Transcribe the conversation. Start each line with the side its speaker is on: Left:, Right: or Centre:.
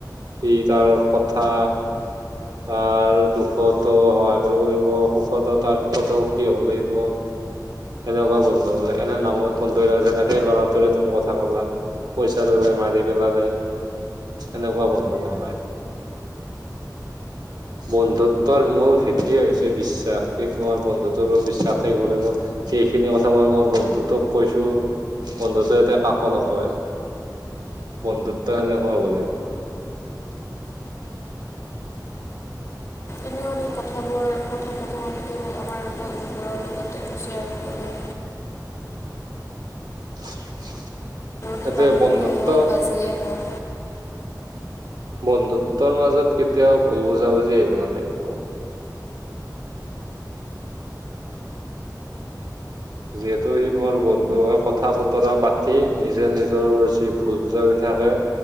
Right: কি তাৰ ঔষধ খা। তাৰ দুখতো সহায় কৰিব লাগিব, সুখতো তাৰ সুখতো সুখী হ'ব লাগিব। এনেকুৱা বন্ধু হ'ব লাগে, এনে নামত বন্ধু নহয় যেনেকে ল'ৰাটোৰে তুমি কথা কলা। পইচাৰ বাবে মাৰি পেলালে, এনেকুৱা বন্ধু নহয়। <inaudible> বন্ধুত্বৰ মূল ভেটিয়ে হৈছে বিশ্বাস, এই তোমাৰ বন্ধুত্বৰ ওপৰত বিশ্বাস থাকিব লাগিব। সেইখিনি কথা মই মোৰ বন্ধুটোক কৈছো বন্ধুতোৱে যাতে কাকো নকয়। বন্ধুত্ব সেনেকুৱা হ'ব লাগিব।
Left: এনে আমি কথাবোৰ কথা <unintelligible> আমাৰ বন্ধুবোৰৰ লগত শ্বেয়াৰ কৰিলোঁ।
Right: <unintelligible> সেইটোৱে
Left: কিবা দুখেই
Right: বন্ধুত্ব
Left: হওঁক বা যিয়েই হওঁক।
Right: বন্ধুত্বৰ মাজত কেতিয়াও ভুল বুজা-বুজি আহিব নালাগিব। যিহেতু সি তোমাৰ বন্ধু হয় কথা বতৰা পাতি নিজে নিজৰ যি ভুল বুজা-বুজি থাকে,